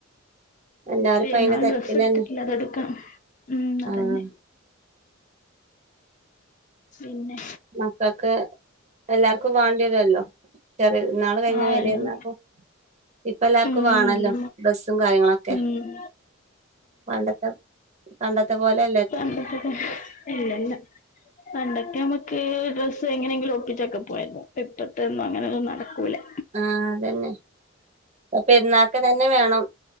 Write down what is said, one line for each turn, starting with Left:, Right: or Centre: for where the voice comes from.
Right: എല്ലാരും
Left: പെരുന്നാൾ
Right: ഇപ്പ അതിന്റെ തിരക്കിലന്നെ
Left: ഡ്രസ്സ് എടുത്തിക്കില്ല അതെടുക്കാം ഉം അതന്നെ
Right: ആഹ്
Left: പിന്നെ?
Right: മക്കക്ക് എല്ലാർക്കും വാണ്ടിയെരൊല്ലോ ചെറിയപെര്ന്നാള് കയിഞ്ഞ്
Left: ആ
Right: വെല്യ
Left: എല്ലാം
Right: പെര്ന്നാക്കും ഇപ്പ എല്ലാർക്കും
Left: ഉം
Right: വേണല്ലോ
Left: നല്ല
Right: ഡ്രസ്സും കാര്യങ്ങളൊക്കെ
Left: ഉം
Right: പണ്ടത് <unintelligible> പണ്ടത്തെ പോലെ
Left: പണ്ടത്തത് ഇല്ല ഇല്ലാ പണ്ടൊക്കെ നമ്മക്ക് ഡ്രസ്സ് എങ്ങനെങ്കിലും ഒപ്പിച്ചൊക്കെ പോയാ മതി ഇപ്പത്തതൊന്നും അങ്ങനൊന്നും നടക്കൂലാ
Right: ആഹ് അതന്നെ ഇപ്പൊ പെര്ന്നാക്ക് തന്നെ വേണം